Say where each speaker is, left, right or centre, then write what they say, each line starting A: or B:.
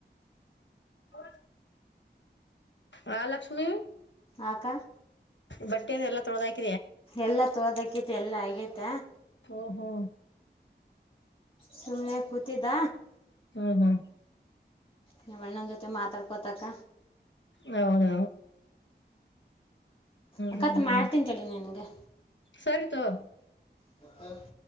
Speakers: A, on the left; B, on the left.
A: ಹ ಮಹಾಲಕ್ಷ್ಮಿ
B: ಆಕ.
A: ಬಟ್ಟೆ ಅಿಂದ ಎಲ್ಲ ತೊೆದ <unintelligible> <inaudible>
B: ಎಲ್ಲಾ ತೋದಕತಿ ಎಲ್ಲ ಆಗೈತ
A: ಓ ಹೋ
B: ಸುಮ್ನೆ ಕೂತಿದ್ದ
A: ಹ್ಮ್ ಹ್ಮ.
B: ನಮ್ಮ ಅಣ್ಣನ ಜೊತೆ ಮಾತಾಡ್ಕೊತಕ್ಕ
A: ಹೌದ.
B: ಅಕ್ಕ
A: ಹ್ಮ್
B: ಮಾಡ್ತಿನ್ ತಡಿ ನಿನ್ಗೆ
A: ಸರಿ ತಗೋ
B: ಕತ್ತೆ <unintelligible>